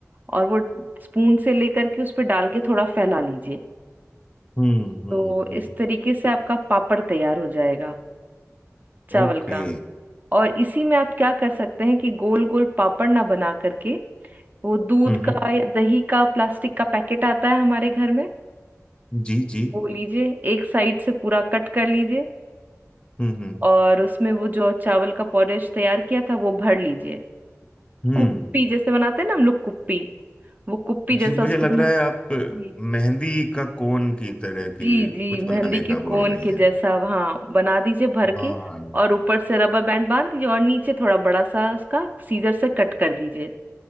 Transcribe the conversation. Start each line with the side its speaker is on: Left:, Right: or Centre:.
Right: और वो स्पून से लेकर के उस पर डाल के थोड़ा फैला लीजिए
Left: हम्म हम्म,
Right: तो
Left: हम्म,
Right: इस तरीके से आपका पापड़ तैयार हो जाएगा चावल
Left: ओके
Right: का और इसी में आप क्या कर सकते हैं कि गोल गोल पापड़ ना बना करके वो दूध
Left: हम्म हम्म,
Right: का या दही का प्लास्टिक का पैकेट आता है हमारे घर में
Left: जी जी
Right: वो लीजिए एक साइड से पूरा कट कर लीजिए
Left: हम्म हम्म।
Right: और उसमें वो जो चावल का पॉरेज तैयार किया था वो भर लीजिए
Left: हम्म
Right: कुप्पी जैसे बनाते हैं ना हम लोग कुप्पी वो कुप्पी
Left: जी
Right: जैसा
Left: मुझे
Right: उसको
Left: लग
Right: बना
Left: रहा है आप
Right: जी
Left: मेहंदी का कोन की तरह
Right: जी
Left: की
Right: जी,
Left: कुछ बनाने
Right: मेहंदी के
Left: का बोल
Right: कोन
Left: रही
Right: के
Left: हैं
Right: जैसा हाँ बना दीजिए भर
Left: हाँ
Right: के और ऊपर से रबर बैंड बांध दीजिए और नीचे थोड़ा बड़ा सा उसका सीजर से कट कर दीजिए